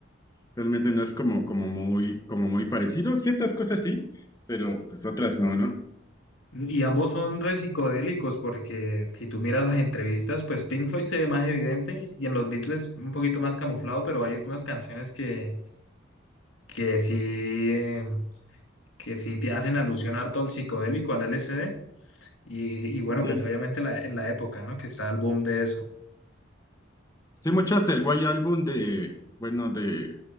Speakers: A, on the left (about 20°); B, on the left (about 90°).
A: realmente no es como, como muy, como muy parecido. Ciertas cosas sí, pero pues otras no, ¿no?
B: Y ambos son re psicodélicos porque si tú miras las entrevistas, pues Pink Floyd se ve más evidente y en los Beatles un poquito más camuflado, pero hay algunas canciones que, que sí, eh, que sí te hacen alusión harto al psicodélico, al LSD. Y, y bueno,
A: Sí.
B: pues obviamente la, en la época, ¿no? Que está el boom de eso.
A: Sí, muchas del White Album de, bueno, de,